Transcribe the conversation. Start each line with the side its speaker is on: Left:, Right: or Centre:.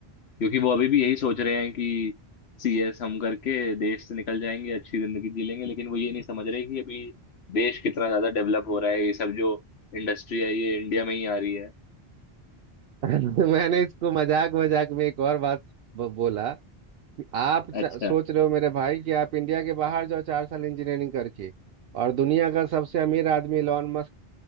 Left: क्योंकि वो अभी भी यही सोच रहे हैं कि सीएस हम करके देश से निकल जाएंगे अच्छी जिंदगी जी लेंगे लेकिन वो ये नहीं समझ रहे कि अभी देश कितना ज्यादा डेवलप हो रहा है ये सब जो इंडस्ट्री है ये इंडिया में ही आ रही है
Right: <laughs> मैंने इसको मजाक मजाक में एक और बात ब- बोला कि आप च-
Left: अच्छा
Right: सोच रहे हो मेरे भाई कि आप इंडिया के बाहर जाओ चार साल इंजीनियरिंग करके और दुनिया का सबसे अमीर आदमी इलॉन मस्क